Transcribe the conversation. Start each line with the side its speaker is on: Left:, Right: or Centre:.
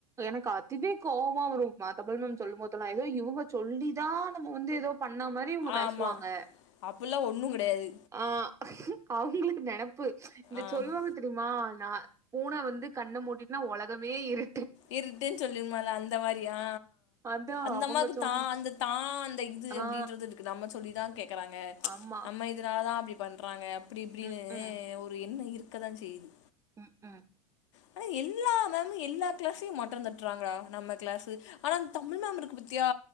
Right: எனக்கு அதுவே கோவமா வரு தமிழ் மேம் சொல்லும்போதெல்லா ஏதோ இவங்க சொல்லிதா நம்ம வந்து ஏதோ பண்ண மாரி இவுங்க
Left: ஆமாம்
Right: பேசுவாங்க
Left: அப்படிலாம் ஒன்றும் கிடையாது
Right: ஆ அவுங்களுக்கு நெனப்பு இந்த
Left: ஆமாம்
Right: சொல்வாங்க தெரிமா நா பூன வந்து கண்ண மூடிட்டுனா உலகமே இரு
Left: இருட்ன்னு சொல்லிருமால அந்த மாரியா
Right: அதா
Left: அந்த
Right: அவங்க
Left: அம்மாக்கு
Right: சொன்ன
Left: தா அந்த தா அந்த இது
Right: ஆ
Left: அப்டின்றது க்கு நம்ம சொல்லிதா கேக்கறாங்க
Right: ஆமா
Left: நம்ம இதனால தா அப்படி பண்றாங்க அப்படி இப்படின்னு
Right: ம் ம்
Left: ஒரு எண்ணோ இருக்க தா செய்யுது
Right: ம் ஹும்
Left: ஆனா எல்லா மேமு எல்லா கிளாசையு மட்டோத்தட்றாங்கடா நம்ம கிளாசு ஆனா தமிழ் மேமு இருக்கு பத்தியா